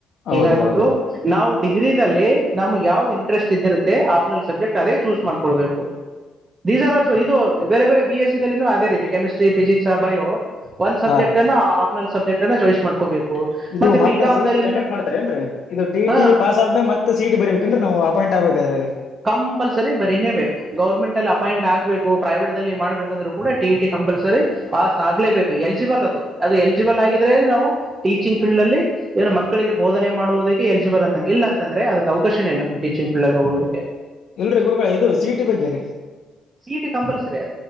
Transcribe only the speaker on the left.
ಹೌದ್ರಿ
ಹೌದ್ರಿ
ಹಾ ರೀ
ಇದು
ಮತ್ತ
ಸಿಟಿ ಕಂಡಕ್ಟ್ ಮಾಡ್ತಾರೆ ಇದು ಟಿ ಈ
ಟೀ ಪಾಸ್ ಆದ್ಮೇ ಮತ್ತೆ ಸಿಟಿ ಬರ್ಬೇಕೇನ್ರಿ ನಾವು ಅಪಾಯಿಂಟ್ ಆ ವಗರ
ಇಲ್ರಿ ಗುರುಗಳ ಇದು ಸಿ ಇ ಟಿ ಬಗ್ಗೆ ರೀ